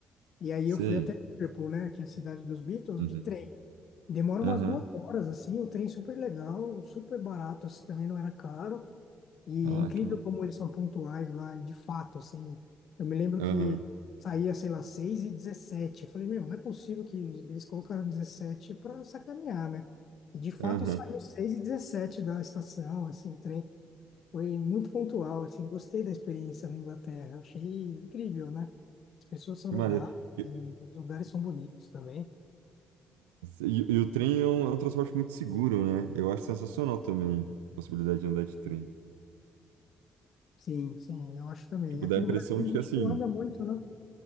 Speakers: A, on the left (about 60°); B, on the right (about 90°).
A: e aí
B: Sei.
A: eu fui até Liverpool, né, que é a cidade dos Beatles,
B: Uhum.
A: de trem. Demora umas
B: Aham.
A: duas horas, assim, o trem super legal, super barato, assim, também não era caro. E
B: Ah,
A: é incrível
B: que
A: como eles são pontuais lá, de fato, assim. Eu me lembro
B: mano.
A: que saía, sei lá, 6 e 17. Eu falei, meu, não é possível que eles colocaram 17 para sacanear, né? E de fato
B: Aham,
A: saiu 6 e 17 da estação, assim, o trem foi muito pontual, assim, gostei da experiência na Inglaterra, achei incrível, né? As pessoas são
B: que
A: legais,
B: maneiro. E,
A: e os lugares são bonitos também.
B: e- e o trem é um, é um transporte muito seguro, né? Eu acho sensacional também a possibilidade de andar de trem.
A: Sim, sim, eu acho também.
B: Tipo,
A: Aqui
B: dá a
A: no
B: impressão
A: Brasil a
B: de
A: gente
B: que assim.
A: não anda muito, né?